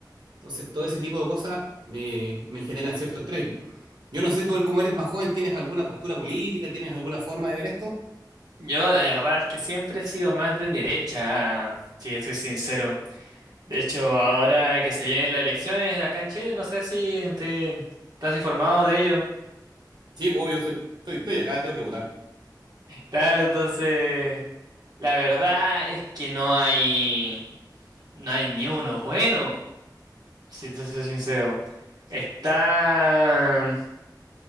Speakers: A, on the right (about 75°); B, on the right (about 60°).
A: Entonces, todo ese tipo de cosas me, me generan cierto estrés. Yo no sé, tú, como eres más joven, ¿tienes alguna postura política? ¿Tienes alguna forma de ver esto?
B: Yo la verdad es que siempre he sido más de derecha, si estoy sincero. De hecho, ahora que se vienen las elecciones acá en Chile, no sé si te estás informado de ello.
A: Sí, pues obvio, soy, estoy, estoy acá, tengo que votar.
B: Claro, entonces, la verdad es que no hay, no hay ni uno bueno, si te soy sincero. Está